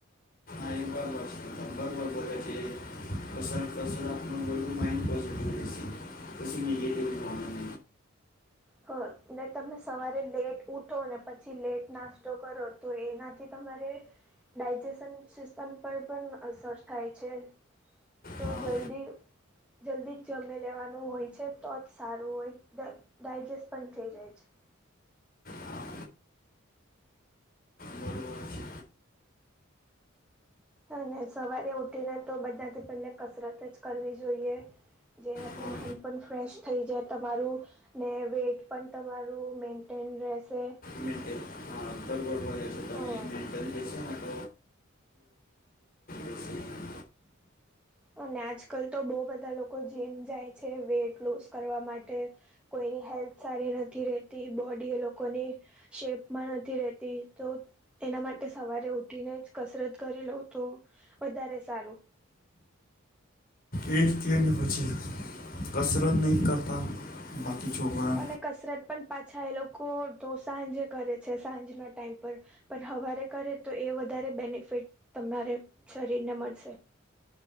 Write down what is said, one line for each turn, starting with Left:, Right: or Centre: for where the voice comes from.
Left: <unintelligible> બસ બરોબર <unintelligible> છે કસ કસ આપ વું માઇન્ડ પઝિટિવ રહે છે પછ નેગેટિિવ પોઇન્ટ
Centre: હ ને તમે સવારે લેટ ઉઠો ને પછી લેટ નાસ્તો કરો તો એનાથી તમારે ડાયજેશન સિસ્ટમ પર પણ અસર થાય છે તો
Left: હા
Centre: જલ્દી જલ્દી જ જમી લેવાનું હોય છે તો જ સારું હોય ડાયજેસ્ટ પણ થઈ જાય છે
Left: હા બરોબર છે
Centre: અને સવારે ઉઠીને તો બધાથી પહેલા કસરત જ કરવી જોઈએ જેનાથી
Left: હા
Centre: માઈન્ડ પણ ફ્રેશ થઈ જાય તમારું ને વેઇટ પણ તમારું મેન્ટેન રહેશે
Left: મેન્ટેન બરોબર હે
Centre: હા.
Left: એ જ રહેશે એમ.
Centre: અને આજકાલ તો બહુ બધા લોકો જીમ જાય છે વેઇટ લૂસ કરવા માટે કોઈની હેલ્થ સારી નથી રહેતી બોડી એ લોકોની શેપ માં નથી રહેતી તો એના માટે સવારે ઉઠીને જ કસરત કરી લઉ તો વધારે સારું
Left: એને પછી કસરત નહીં કરતા બાકી છોકરા
Centre: અને કસરત પણ પાછા એ લોકો તો સાંજે કરે છે સાંજના ટાઈમ પર પણ સવારે કરે તો એ વધારે બેનિફિટ તમારે શરીરને મળશે